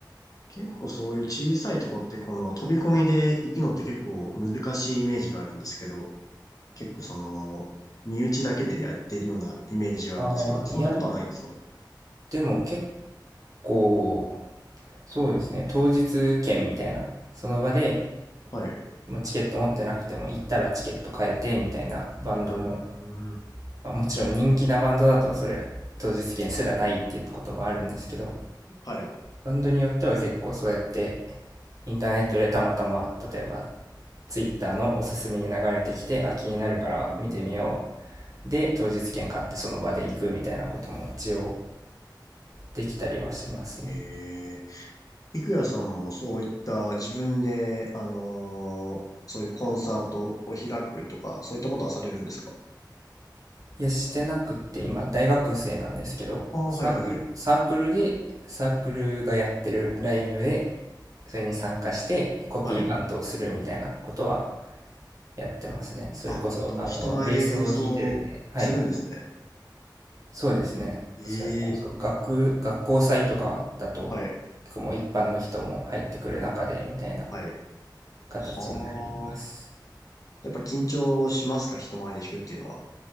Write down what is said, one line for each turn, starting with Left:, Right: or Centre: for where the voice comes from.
Left: 結構そういう小さいとこってこの飛び込みで行くのって結構難しいイメージがあるんですけど、結構その、身内だけでやってるようなイメージがあるんですけど、
Right: ああ、いや、
Left: そんなことはないんですか
Right: でも結構、そうですね、当日券みたいな、その場で、
Left: はい。
Right: まあ、チケット持ってなくても、行ったらチケット買えてみたいなバンドも、
Left: うーん。
Right: まあ、もちろん人気なバンドだと、それ、当日券すらないっていうこともあるんですけど、
Left: はい。
Right: バンドによっては結構そうやって、インターネットでたまたま、例えば、ツイッターのおすすめに流れてきて、あ、気になるから見てみよ
Left: うん、うん、うん、うんうん。
Right: う。で、当日券買ってその場で行くみたいなことも一応できたりはしますね。
Left: ええ、いくやさんもそういった自分で、あのーそういうコンサートを開くとか、そういったことはされるんですか
Right: いや、してなくって今大学生なんですけど、
Left: ああ、
Right: サークル、
Left: はいはいはい。
Right: サークルで、サークルがやってるライブで、それに参加してコピーバンドをするみたいなことは
Left: はい。
Right: やってますね。それこそ、
Left: あ、でも人前で演奏するんですね。
Right: あの、ベースを弾いてるんで、はい。そうですね。
Left: ええ。
Right: それこそ学、学校祭とかだと、
Left: はい。
Right: 結構もう一般の人も入ってくる中で、みたいな
Left: はい。
Right: 形になります。
Left: はあ。やっぱ緊張しますか人前で弾くっていうのは。